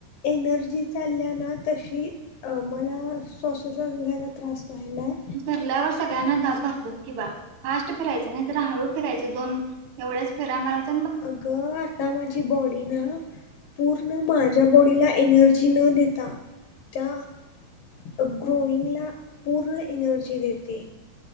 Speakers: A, on the left (about 75°); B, on the right (about 80°).
A: एनर्जी चालल्या ना तशी मला सॉसोसास घ्यायला त्रास व्हालाय
B: फिरल्यावर सगळ्यांना धाप <unintelligible> कि बा फास्ट फिरायच नाइ जरा हळू फिरायचे दोन एवढ्याच फेऱ्या मारायच
A: अगं आता माझी बॉडी ना पूर्ण माझ्या बॉडीला एनर्जी न देता त्या - ग्रोइंगला पूर्ण एनर्जी देते